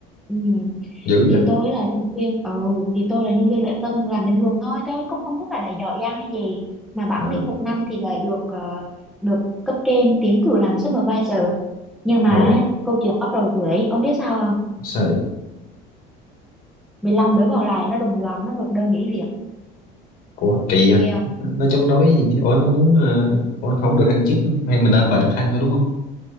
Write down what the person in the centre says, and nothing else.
Ừ.
thì
tôi là nhân viên ừ thì tôi là nhân viên lễ tân làm bình thường thôi tôi cũng không có phải là giỏi giang hay gì mà bẵng
đi một năm thì lại được ờ, được cấp trên tiến cử làm supervisor nhưng mà
câu chuyện bắt đầu từ đấy ông biết sao không
mười lăm đứa còn lại nó đồng loạt nó nộp đơn nghỉ việc
ghê